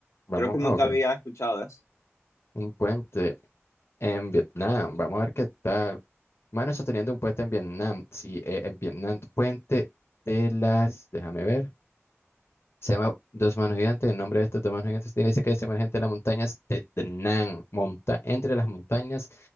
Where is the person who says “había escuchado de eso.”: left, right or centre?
Left